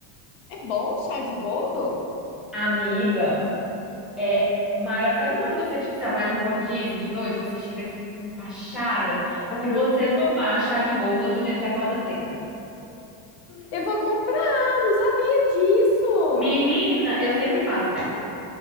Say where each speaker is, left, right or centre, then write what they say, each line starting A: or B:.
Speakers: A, on the left; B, in the centre.
A: É bom chá de boldo?
B: Amiga, é maravilhoso. Sabe quando você tipo, você vai num rodízio de noite, você chega empachada?
A: Aham.
B: Se você tomar chá de boldo, no outro dia você acorda seca.
A: Eu vou comprar, não sabia disso.
B: Menina, eu sempre faço. Aí,